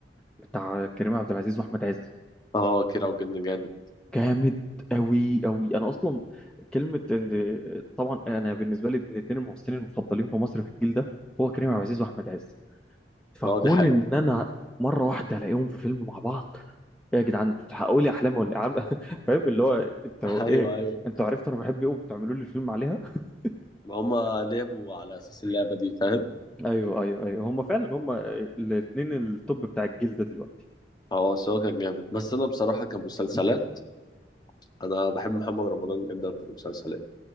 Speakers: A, in the centre; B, on the left.
A: بتاع كريم عبد العزيز واحمد عز
B: اه كيرة والجن جامد
A: جامد قوي قوي انا اصلا كلمه ان طبعا انا بالنسبه لي من اتنين الممثلين المفضلين في مصر في الجيل ده هو كريم عبد العزيز واحمد عز فكون
B: اه دي حقيقة
A: ان انا مره واحده الاقيهم في فيلم مع بعض ايه يا جدعان انتوا بتحققوا لي احلامي ولا إيه؟ عارف- <laughs> فاهم اللي هو انتوا
B: <laughs> ايوه
A: ايه
B: ايوه
A: انتوا عرفتوا انا بحب ايه وبتعملوا لي الفيلم عليها <laughs>
B: ما هما لعبوا على اساس اللعبة دي فاهم
A: ايوه ايوه ايوه هم فعلا هم الاثنين التوب بتاع الجيل ده دلوقتي
B: اه سواء كان جامد بس انا بصراحة كمسلسلات انا بحب محمد رمضان جدا في المسلسلات